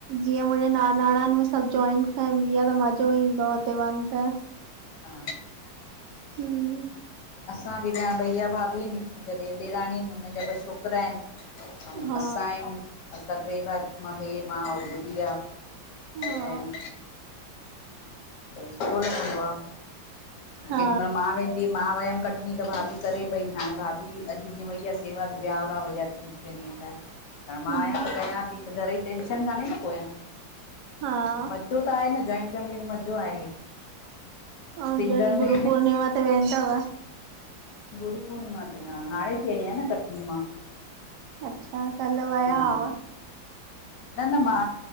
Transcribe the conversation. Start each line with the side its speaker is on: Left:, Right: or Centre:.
Right: जीअं मुंहिंजे नानाणनि में सभु जॉइंट फैमिली आह त मज़ो ईंदो आह हुते वञ त।
Left: हा
Right: हु।
Left: असां बि <unintelligible> भईया भाभी आहिन, मुंहिंजा ॾेर ॾेराणी आहिन, हुनजा ॿ छोकिरा आहिन। ऐं
Right: हा
Left: असां आयू असां ट्रे भाउ, हे मां और गुॾी आह।
Right: हा
Left: ऐं सुठो लॻन्दो आह।
Right: हा
Left: कॾिहमल मां वे जीअं मां वियम कटनी त भाभी करे पई हाणे भाभी अॼु जीअं वई आह सेवा ते ब्यावरा वई आ <unintelligible> मां
Right: हम्म
Left: आहियां त कयां थी त घर जी टेंशन कोन आहे न पोयां।
Right: हा
Left: जो त आहे न जॉइंट फैमिली में मज़ो आहे।
Right: हा
Left: सिंगल
Right: अॼु
Left: में
Right: गुरु पूर्णिमा ते वेंदव।
Left: गुरु पूर्णिमा ते न, हाणे थी आई आहियां न कटनी मां।
Right: अच्छा कल वया
Left: हा
Right: आव।
Left: न, न मां